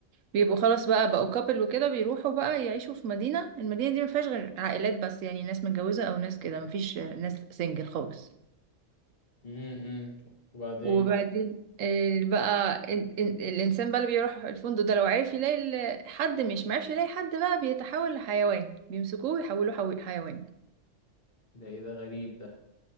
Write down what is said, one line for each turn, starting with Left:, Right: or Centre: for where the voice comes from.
Right: بيبقوا خلاص بقى بقوا كابل وكده بيروحوا بقى يعيشوا في مدينه المدينه دي ما فيهاش غير عائلات بس يعني ناس متجوزه او ناس كده ما فيش ناس سنجل خالص
Left: امم وبعدين
Right: وبعدين آه، بقى ال- ال- الانسان بقى اللي بيروح الفندق ده لو عرف يلاقي ال- حد مش معرفش يلاقي حد بقى بيتحول لحيوان بيمسكوه ويحولوه حو- حيوان
Left: ده ايه ده غريب ده